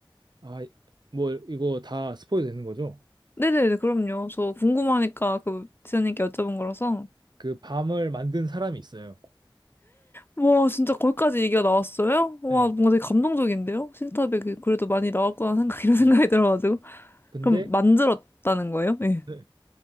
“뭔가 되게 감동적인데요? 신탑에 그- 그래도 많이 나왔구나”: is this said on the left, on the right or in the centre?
Left